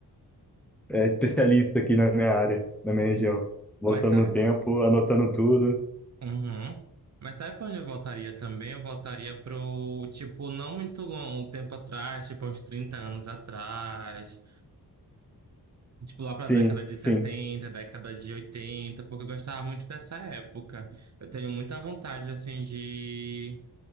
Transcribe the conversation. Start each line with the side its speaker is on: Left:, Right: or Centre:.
Centre: é, especialista aqui na minha área, na minha região. Voltando
Right: Mas sabe,
Centre: no tempo, anotando tudo.
Right: uhum. Mas sabe pra onde eu voltaria também? Eu voltaria pro, tipo, não muito longo, um tempo atrás, tipo, uns 30 anos atrás. Tipo, lá pra
Centre: Sim,
Right: década de 70,
Centre: sim,
Right: década de 80, porque eu gostava muito dessa época. Eu tenho muita vontade, assim, de,